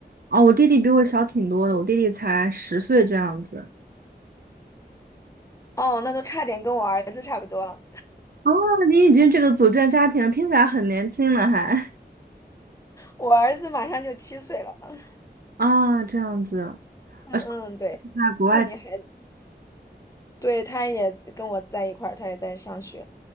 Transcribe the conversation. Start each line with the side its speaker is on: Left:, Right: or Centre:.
Right: 哦，我弟弟比我小挺多的，我弟弟才十岁这样子。
Left: 哦，那都差点跟我儿子差不多了。
Right: 哦，你已经这个组建家庭了听起来很年轻了还，
Left: 我儿子马上就七岁了。<laughs>
Right: 啊，这样子，
Left: 嗯嗯，
Right: 啊，是
Left: 对。
Right: 在国外，
Left: 那你还，对，他也跟我在一块儿，他也在上学。